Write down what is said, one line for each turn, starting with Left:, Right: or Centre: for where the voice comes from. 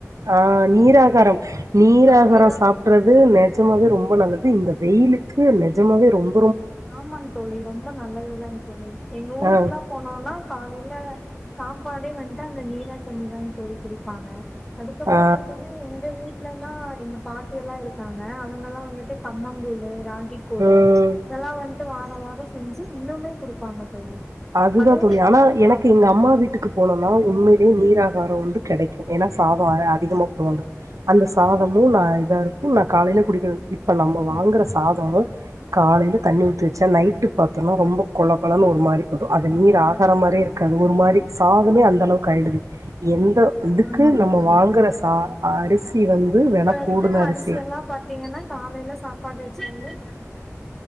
Right: ஆ நீராகாரம் நீராகார
Centre: நீரா
Right: சாப்புறது நெஜமாவே ரொம்ப நல்லது இந்த வெயிலுக்கு நெஜமாவே ரொம்
Centre: ஆமாங் தோழி ரொம்ப நல்லதுதாங் தோழி எங்க ஊருக்குலா
Right: ஆ
Centre: போனோன்னா காலைல சா ப்பாடே வன்ட்டு அந்த நீரா தண்ணி தாங் தோழி குடிப்பாங்க அதுக்கப்றொ
Right: ஆ
Centre: பாத்தீங்னா எங்க வீட்லல்லா எங்க பா ட்டியெல்லா இருக்காங்க அவுங்கல்லா வந்துட்டு கம்மங் கூழு ராகி கூழு
Right: ம்
Centre: இதெல்லா வன்ட்டு வார வாரொ செஞ்சு இன்னுமே குடுப்பாங்க தோழி
Right: அதுதா
Centre: அதுவு
Right: தோழி ஆனா எனக்கு
Centre: அவங்
Right: எங்க அம்மா வீட்டுக்கு போனொன்னா உண்மைலே நீரா காரொ வந்து கெடைக்கு ஏனா சாதொ அதிகமா போடுவாங்க அந்த சாதமு நா இதா இருக்கு நா காலைல குடிக்குற இப்ப நம்ம வாங்குற சாதமு காலைல தண்ணி ஊத்தி வச்சா நைட்டுக் பாத்தோன்னா ரொம்ப கொழ கொழன்னு ஒரு மாரி வரு அது நீர்
Centre: ம்
Right: ஆகார மாரியே இருக்காது ஒரு மாரி சாதமே அந்தளவுக்கு ஆயிடுது எந்த இதுக்கு
Centre: ஆமாங்
Right: நம்ம
Centre: தோழி
Right: வாங்குற சா அரிசி வந்து
Centre: இப்ப
Right: வெல
Centre: இருக்க
Right: கூடுன அரிசி
Centre: அரிசியெல்லா பாத்தீங்கனா காலைல சாப்பாடு சொல்லி